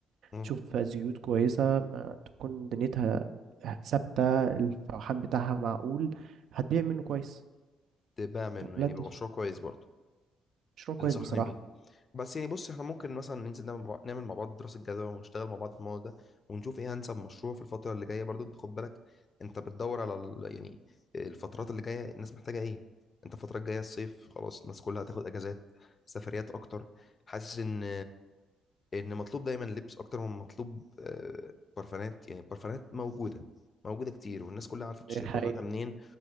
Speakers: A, on the left (about 40°); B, on the right (about 70°).
A: مم.
B: تشوف زيوت كويسة ما تكون دنيتها ثابتة الفوحان بتاعها معقول هتبيع منه كويس
A: تبقى منه
B: ولا
A: يعني
B: انت
A: يبقى مشروع كويس برضه
B: مشروع
A: تنصحني
B: كويس بصراحة
A: بيه بس يعني بص احنا ممكن مثلا ننزل نعمل مع نعمل مع بعض دراسة جدوى ونشتغل مع بعض في الموضوع ده ونشوف ايه انسب مشروع في الفترة اللي جاية برضه انت خد بالك انت بتدور على ال... يعني الفترات اللي جاية الناس محتاجة ايه انت الفترة الجاية الصيف خلاص الناس كلها هتاخد اجازات سفريات اكتر حاسس ان ان مطلوب دايما لبس اكتر من مطلوب آه، برفانات يعني البرفانات موجودة موجودة كتير والناس كلها عارفة بتشتري
B: دي حقيقة
A: برفانات منين